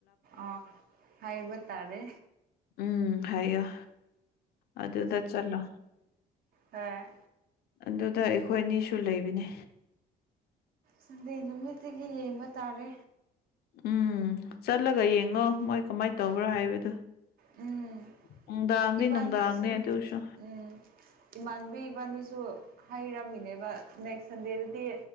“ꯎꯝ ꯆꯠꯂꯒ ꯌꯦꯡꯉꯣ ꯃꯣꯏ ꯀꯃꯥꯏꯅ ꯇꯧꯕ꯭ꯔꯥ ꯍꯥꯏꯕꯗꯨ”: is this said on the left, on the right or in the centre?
Left